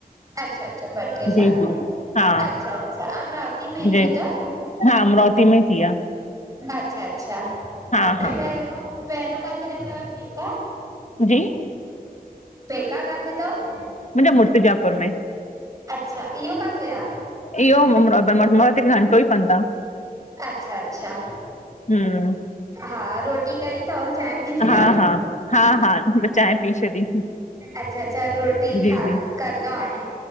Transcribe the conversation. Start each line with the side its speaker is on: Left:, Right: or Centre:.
Right: अच्छा अच्छा, ॿ ट्रे
Left: जी
Right: साल,
Left: जी हा
Right: अच्छा अच्छा अमरावती तीन मई
Left: जी
Right: थी तव?
Left: हा अमरावती में थी आ,
Right: अच्छा अच्छा
Left: हा हा
Right: पहिरों, पहिरों काथे रहिंदा हुयव पेका?
Left: जी
Right: पेका काथे तव?
Left: मुंजा मुर्तिजापुर में।
Right: अच्छा, इहो काथे आ?
Left: इहो, मुर्तिजापुर, घंटो ई पंध आ।
Right: अच्छा अच्छा,
Left: हम्म
Right: हा रोटी कई तव? चांइ किथे
Left: हा
Right: थव?
Left: हा हा हा चांहि पी छॾी,
Right: अच्छा अच्छा रोटी
Left: जी
Right: खा
Left: जी
Right: कर तौ हाणे?